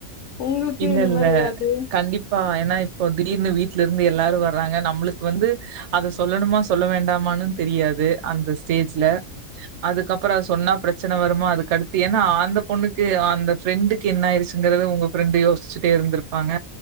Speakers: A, on the left; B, on the right.
A: உங்களுக்கு
B: இல்லல்ல
A: இந்த மாரி ஏதாவது
B: கண்டிப்பா அனா இப்போ திடீர்னு வீட்ல இருந்து எல்லாரு வர்றாங்க நம்மளுக் வந்து அத சொல்லணுமா சொல்ல வேண்டாமானு தெரி ரியாது அந்த ஸ்டேஜ்ல அதுக்கப்பறோ அத சொன்னா பிரச்சன வருமா அதுக்கடுத்து ஏன்னா அந்த பொண்ணுக்கு அந்த ஃபிரெண்டுக்கு என்ன ஆயிருச்சுங்கிறது உங்க ஃப்ரண்டு யோசிச்சுட்டே இருந்திருப்பாங்க